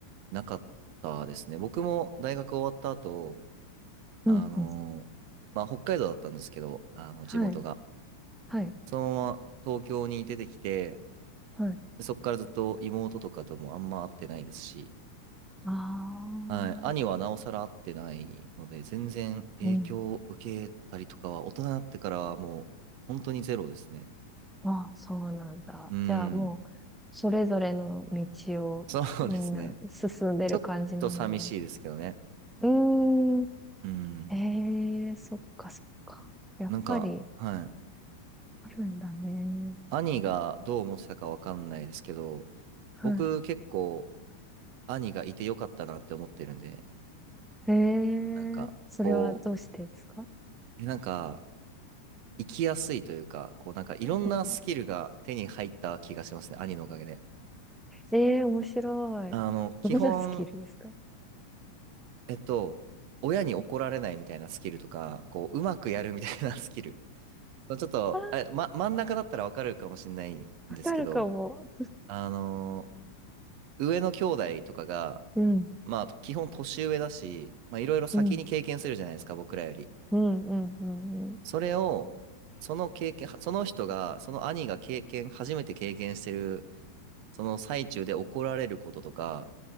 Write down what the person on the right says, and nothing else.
なかったですね。僕も大学終わった後、あのーまあ、
北海道だったんですけど、あの、
地元が。
そのまま東京に出てきて、
そっからずっと妹とかともあんま会ってないですし、
はい、兄はなおさら会ってないので、全然影響を受けたりとかは、
大人になってからはもう、本当にゼロですね。
うん、
そうですね。ちょっと寂しいですけどね。
うん、
なんか、はい。
兄がどう思ってたかわかんないですけど、
僕結構兄がいてよかったなって思ってるんで、
なんか、
こう、えなんか、生きやすいというか、こう、なんか、いろんなスキルが手に入った気がしますね、
兄のおかげで。
あの、基本、
えっと、親に怒られないみたいなスキルとか、こう、うまくやるみたいなスキル。ちょっと、
あ、ま、真ん中だったらわかるかもしれないんですけど、
あの、上の兄弟とかが、
まあ、基本年上だし、まあ、いろいろ先に経験するじゃないですか、
僕らより。
それを、その経験、その人が、その兄が経験、初めて経験してる、その最中で怒られることとか、